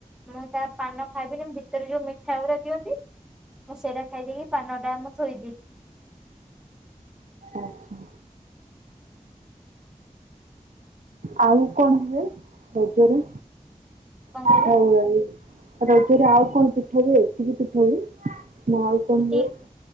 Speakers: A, in the centre; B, on the right (about 75°).
A: ମୁଁ ତା ପାନ ଖାଇବିନି ଭିତରେ ଯୋଉ ମିଠା ଗୁରା ଦିଅନ୍ତି ମୁଁ ସେଇରା ଖାଇଦେଇକି ପାନ ଟା ମୁଁ ଥୋଇଦିଏ।
B: ଆଛା। ଆଉ କଣ ହୁଏ ରଜରେ
A: କଣ
B: <unintelligible>
A: କହିଲେ
B: ରଜରେ ଆଉ କଣ ପିଠ ହୁଏ। ଏତିକି ପିଠ ହୁଏ ନା ଆଉ କଣ
A: ଏତିକି
B: ହୁଏ?